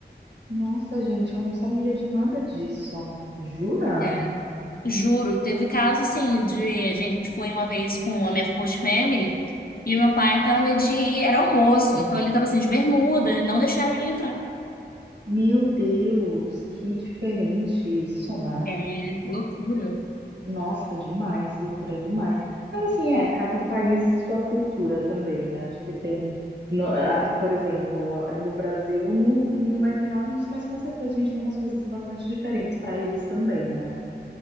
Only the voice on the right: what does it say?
Nossa, gente, eu não sabia de nada disso. Jura?
Meu Deus, que diferente isso, né?
Nossa, demais, loucura demais. Mas assim, é, cada país sua cultura também, né? Acho que tem, no- ah, por exemplo, é, no Brasil não, não vai ter nada disso, mas com certeza a gente tem umas coisas bastante diferentes para eles também, né?